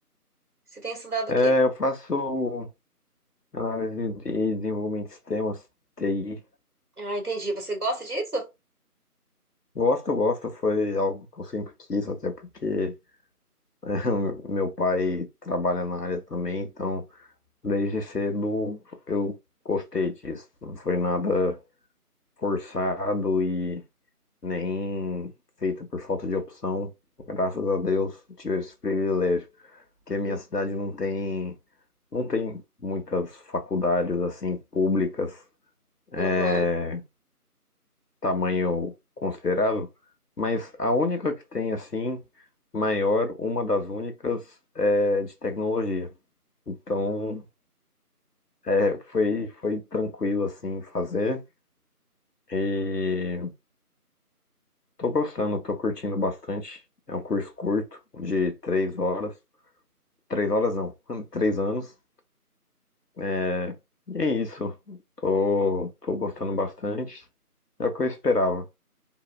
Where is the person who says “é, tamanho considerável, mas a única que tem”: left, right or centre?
Left